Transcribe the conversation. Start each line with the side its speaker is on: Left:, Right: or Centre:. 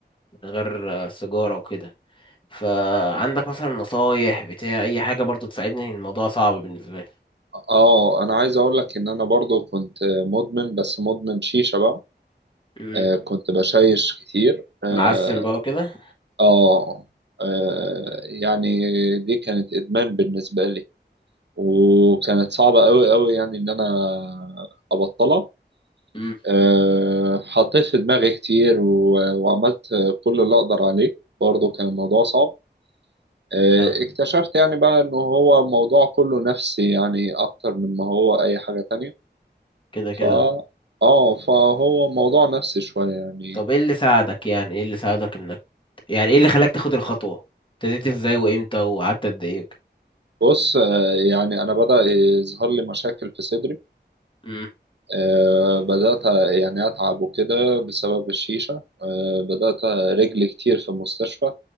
Left: من غير آه، سيجاره وكده فعندك مثلا نصايح بتاع اي حاجه برضو تساعدني الموضوع صعب بالنسبه لي
Right: اه انا عايز اقول لك ان انا برضو كنت مدمن بس مدمن شيشة بقى
Left: مم.
Right: آه كنت بشيش كتير اه,
Left: معسل بقى وكده
Right: آه آه، يعني دي كانت ادمان بالنسبة لي وكانت صعبة قوي قوي يعني ان انا ابطلها
Left: مم.
Right: آه حطيت في دماغي كتير و- وعملت كل اللي اقدر عليه برضو كان الموضوع صعب آه،
Left: اه
Right: اكتشفت يعني بقى انه هو الموضوع كله نفسي يعني اكتر من ما هو اي حاجة تانية
Left: كده كده
Right: ف اه فهو موضوع نفسي شوية يعني
Left: طب ايه اللي ساعدك يعني ايه اللي ساعدك انك يعني ايه اللي خلاك تاخد الخطوة ابتديت ازاي وامتى وقعدت قد ايه وكده؟
Right: بص آه، يعني انا بدأ يظهر لي مشاكل في صدري
Left: امم
Right: آه، بدأت يعني اتعب وكده بسبب الشيشة آه، بدأت رجلي كتير في المستشفى